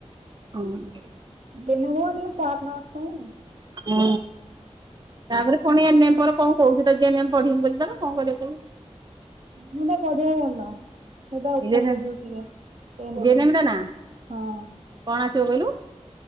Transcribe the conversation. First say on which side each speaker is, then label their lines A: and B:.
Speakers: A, on the right; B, on the right.
A: ହୋଉ।
B: ଜି ଏନ୍ ଏମ୍ କଣ ଟିକେ ଷ୍ଟାଫ୍ ନର୍ସ ପାଇଁ।
A: ହୁଁ। ତାପରେ ପୁଣି ଏନେ ମେ ପରେ କଣ କହୁଛି ତ ଜି ଏନ୍ ଏମ୍ ପଢିମି ବୋଲି ତାର କଣ କରିବ କେ
B: ଯୋଉଟା ପଢ଼ିବା ଭଲ। ସେଇଟା ଉପର୍
A: ଜେନେମ୍
B: ଲେବୁଲ ଟିକେ ଏ ଏନ୍ ଏମ୍
A: ଜେନେମ୍
B: ର।
A: ରେ ନା
B: ହଁ।
A: କଣ ଆସିବ କଇଲୁ?